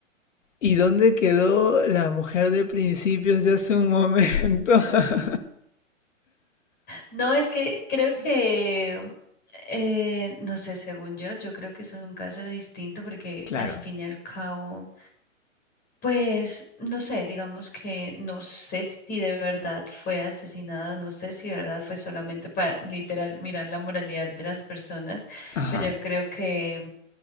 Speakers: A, on the left; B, on the left.
A: ¿Y dónde quedó la mujer de principios de hace un momento? <laughs>
B: No, es que creo que, eh, no sé, según yo, yo creo que es un caso distinto porque
A: Claro.
B: al fin y al cabo Pues no sé, digamos que no sé si de verdad fue asesinada, no sé si de verdad fue solamente para literal mirar la moralidad de las personas,
A: Ajá.
B: pero yo creo que